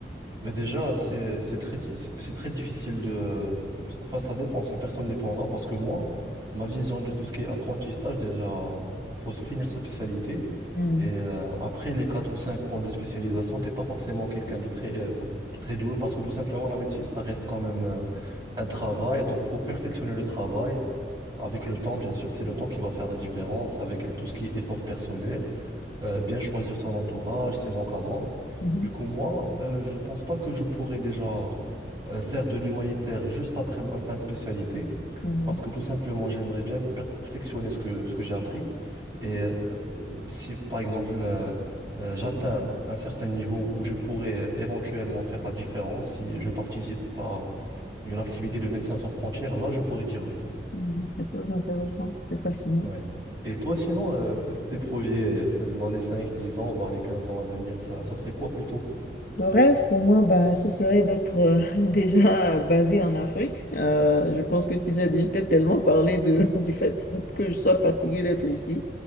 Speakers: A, on the right; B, on the left.
A: Mais déjà, c'est c'est très, di- c'est c'est très difficile de... Enfin, ça dépend, c'est personne dépendant parce que moi, ma vision de tout ce qui est apprentissage, déjà, euh, faut finir sa spécialité.
B: Hmm.
A: Et euh, après les 4 ou 5 ans de spécialisation, t'es pas forcément quelqu'un de très, euh, très doué parce que tout simplement, la médecine, ça reste quand même euh, un travail. Donc, faut perfectionner le travail. Avec le temps, bien sûr, c'est le temps qui va faire la différence avec le- tout ce qui est effort personnel. euh, bien choisir son entourage, ses encadrants.
B: Mhm.
A: Du coup, moi, euh, je pense pas que je pourrais déjà euh, faire de l'humanitaire juste après ma fin de spécialité,
B: Mhm.
A: parce que tout simplement, j'aimerais bien perfectionner ce que, ce que j'ai appris. Et euh, si, par exemple, euh, euh, j'atteins un certain niveau où je pourrais euh, éventuellement faire la différence, si je participe à une activité de Médecins sans frontières, là, je pourrais dire oui.
B: Mhm. C'est très intéressant, c'est fascinant.
A: Ouais. Et toi, sinon, euh, tes projets, euh, c'est-à-dire dans les 5 10 ans, voire les 15 ans à venir, ça, ça serait quoi plutôt?
B: Le rêve pour moi, bah, ce serait d'être euh, <laughs> déjà basé en Afrique. Euh, je pense que tu sais, je t'ai tellement parlé de, <laughs> du fait que je sois fatiguée d'être ici.